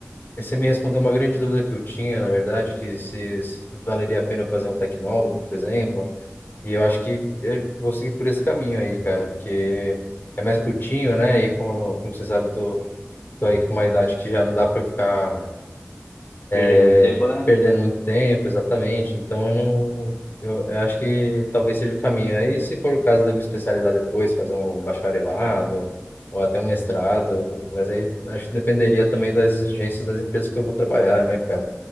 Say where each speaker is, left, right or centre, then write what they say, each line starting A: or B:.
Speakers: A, on the left; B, on the left.
A: você me respondeu uma grande dúvida que eu tinha, na verdade, que se, se valeria a pena eu fazer um tecnólogo, por exemplo e eu acho que eu vou seguir por esse caminho aí, cara, porque é mais curtinho, né? E como, como você sabe, eu tô, tô aí com uma idade que já não dá pra eu ficar
B: Perdendo
A: é,
B: muito tempo, né?
A: perdendo muito tempo, exatamente. Então, eu não, eu, eu acho que talvez seja o caminho. Aí, se for o caso de eu me especializar depois, fazer um bacharelado ou até um mestrado, mas aí acho que dependeria também das exigências das empresas que eu vou trabalhar, né, cara?